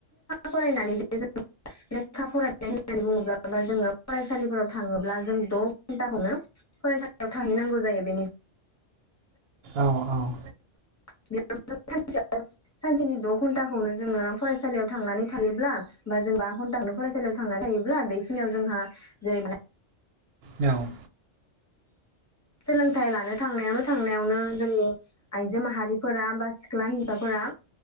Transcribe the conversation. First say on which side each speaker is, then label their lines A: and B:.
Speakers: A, on the left (about 15°); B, on the right (about 65°).
A: फरायनानै <unintelligible> लेखा फरायनाय होननानै बुङोब्ला बा जोङो फरायसालिफोराव थाङोब्ला जों द' घन्टाखौनो फरायसालियाव थाहैनांगौ जायो बेनि
B: औ औ।
A: <unintelligible> सानसेनि द' घणन्टाखौनो जोङो फरायसालियाव थांनानै थायोब्ला बा जों बा घन्टाखौनो फरायसालियाव थांना थायोब्ला बेखिनियाव जोंहा जेरै माने
B: औ।
A: सोलोंथाइ लानो थांनायावनो थांनायावनो जोंनि आइजो माहारिफोरा बा सिख्ला हिनसावफोरा